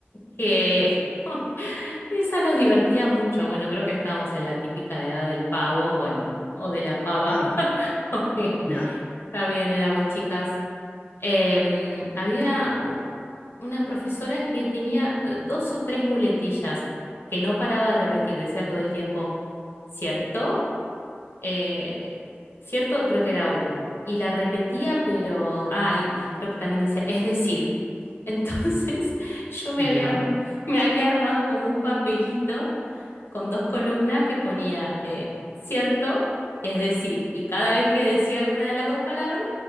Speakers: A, on the left; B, on the left.
A: que <laughs> esa nos divertía mucho. Bueno, creo que estábamos en la típica edad del pavo, bueno, o de la pava,
B: <laughs>
A: <laughs> porque
B: Ya,
A: también éramos chicas. Em, había un- una profesora que tenía eh, dos o tres muletillas que no paraba de repetir, decía todo el tiempo, ¿cierto? Eh, ¿cierto? Creo que era una. Y la repetía, pero... Ah, y, y creo que también decía, es decir. Entonces <laughs> yo me había
B: ya.
A: arma- <laughs> me había armado como un papelito con dos columnas que ponía, eh, ¿cierto? Es decir, y cada vez que decía alguna de las dos palabras,